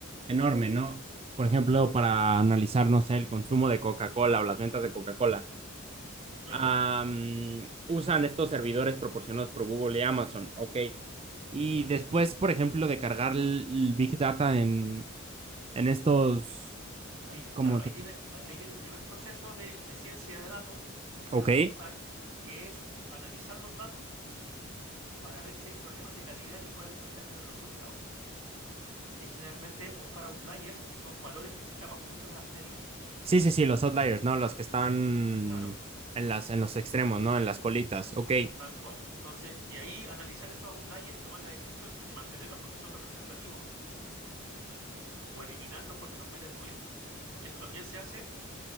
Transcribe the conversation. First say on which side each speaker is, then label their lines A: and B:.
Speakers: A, on the right; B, on the right.
A: enorme, ¿no? Por ejemplo, para analizar, no sé, el consumo de Coca-Cola o las ventas de Coca-Cola,
B: Claro,
A: am, usan estos servidores proporcionados por Google y Amazon. Ok. Y después, por ejemplo, de cargar el el Big Data en, en estos,
B: ahí, vi- claro,
A: como,
B: ahí
A: te-
B: viene, ahí ahí viene el primer proceso de, de ciencia de datos, ya
A: ok.
B: como tal, que es analizar los datos para ver si hay problemas de calidad que puedan impactar en el resultado, que es generalmente buscar outliers, que son valores que se escapan mucho de las medias.
A: Sí, sí, sí, los outliers, ¿no? Los que están
B: ¿sí? Claro,
A: en las, en los extremos, ¿no? En las colitas. Ok.
B: tal cual. Entonces, y ahí analizar esos outliers y tomar la decisión si mantenerlos porque son representativos o eliminarlos porque nos meten ruido. Y eso también se hace